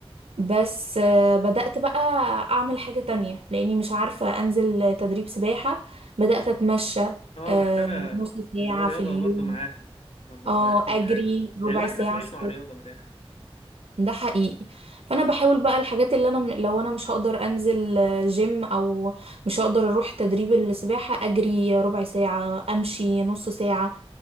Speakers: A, on the right; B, on the left.
A: بس آه، بدأت بقى اعمل حاجة تانية لاني مش عارفة انزل تدريب سباحة بدأت اتمشى
B: اه
A: آه،
B: محتاجة
A: نص ساعة
B: اللي هو رياضة
A: في اليوم
B: برضو معاها لما
A: اه
B: ريحت من
A: اجري
B: حاجة
A: ربع
B: يعني الواحد
A: ساعة
B: لازم يعيش
A: الصبح.
B: مع رياضة من الآخر
A: ده حقيقي فانا بحاول بقى الحاجات اللي انا لو انا مش هقدر انزل آه، جيم او مش هقدر اروح تدريب السباحة اجري ربع ساعة امشي نص ساعة